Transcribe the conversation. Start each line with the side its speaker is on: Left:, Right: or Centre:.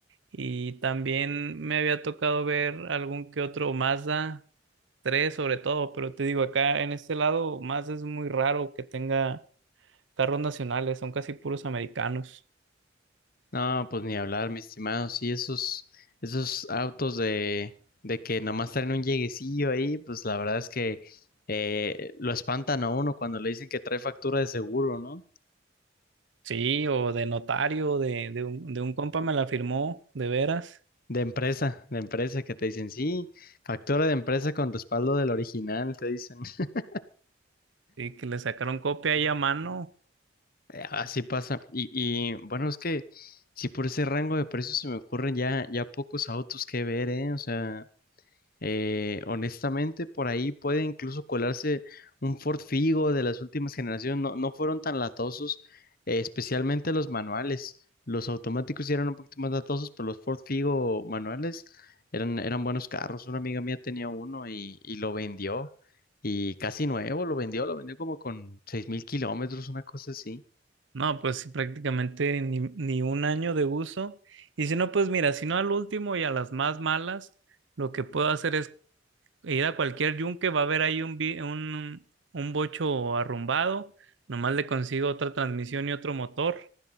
Right: Y también me había tocado ver algún que otro Mazda tres sobre todo. Pero te digo, acá en este lado Mazda es muy raro que tenga carros nacionales, son casi puros americanos.
Left: No, pues ni hablar, mi estimado. Sí, esos, esos autos de, de que nomás traen un lleguecillo ahí, pues la verdad es que eh, lo espantan a uno cuando le dicen que trae factura de seguro, ¿no?
Right: Sí, o de notario, de, de un, de un compa me la firmó, de veras,
Left: De empresa, de empresa, que te dicen, sí, factura de empresa con respaldo del original, te dicen. <laughs>
Right: y que le sacaron copia ahí a mano.
Left: Eh, Así pasa. Y, y bueno, es que si por ese rango de precios se me ocurren ya, ya pocos autos que ver, ¿eh? O sea, Eh, honestamente, por ahí puede incluso colarse un Ford Figo de las últimas generaciones. No, no fueron tan latosos, eh, especialmente los manuales. Los automáticos sí eran un poquito más latosos, pero los Ford Figo manuales eran, eran buenos carros. Una amiga mía tenía uno y, y lo vendió. Y casi nuevo, lo vendió, lo vendió como con 6.000 kilómetros, una cosa así.
Right: No, pues sí, prácticamente ni, ni un año de uso. Y si no, pues mira, si no al último y a las más malas, lo que puedo hacer es ir a cualquier yunque, va a haber ahí un, vi- un, un bocho arrumbado, nomás le consigo otra transmisión y otro motor